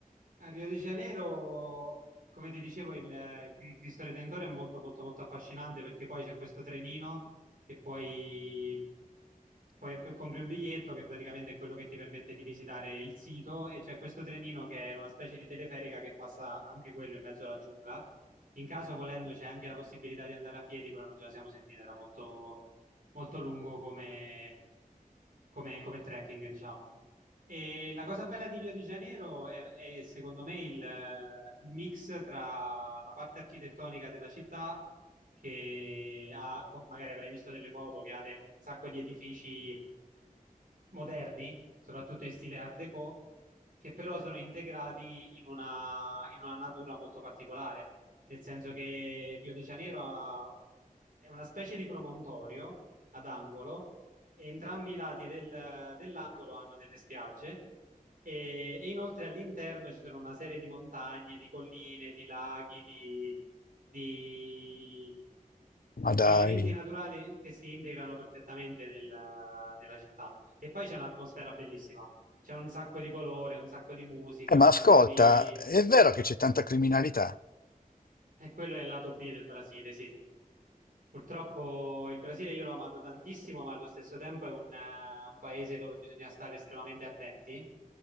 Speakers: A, on the right; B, on the left.
A: a Rio de Janeiro, come ti dicevo, il, il Cristo Redentore è molto, molto, molto affascinante perché poi c'è questo trenino che puoi Poi p- compri un biglietto che praticamente è quello che ti permette di visitare il sito e c'è questo trenino che è una specie di teleferica che passa anche quello in mezzo alla giungla. In caso volendo c'è anche la possibilità di andare a piedi, però non ce la siamo sentita, era molto, molto lungo come, come, come trekking, diciamo. E la cosa bella di Rio di Janeiro è, è, secondo me il, eh, il mix tra la parte architettonica della città, che ha, co- magari avrai visto delle foto, che ha de- un sacco di edifici moderni, soprattutto in stile Art Deco, che però sono integrati in una, in una natura molto particolare, nel senso che Rio de Janeiro ha- è una specie di promontorio ad angolo e entrambi i lati del- dell'angolo hanno delle spiagge e, e inoltre all'interno ci sono una serie di montagne, di colline, di laghi, di, di
B: Ma
A: di
B: dai.
A: elementi naturali che si integrano perfettamente nel- nella città. E poi c'è un'atmosfera bellissima, c'è un sacco di colore, un sacco di musica,
B: Eh, ma
A: un
B: ascolta,
A: sacco di...
B: è vero che c'è tanta criminalità,
A: E quello è il lato B del Brasile, sì. Purtroppo il Brasile io l'ho amato tantissimo, ma allo stesso tempo è un, eh, un paese dove bisogna stare estremamente attenti.